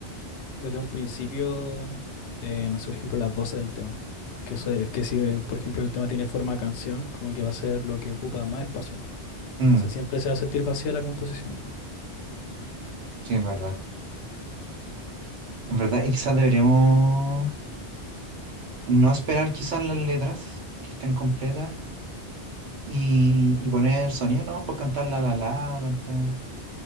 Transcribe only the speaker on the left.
desde un principio, eh, no sé, por ejemplo, las voces del tema. Que eso es que si, eh, por ejemplo, el tema tiene forma de canción, como que va a ser lo que ocupa más espacio.
Entonces siempre se va a sentir vacía la composición, pues.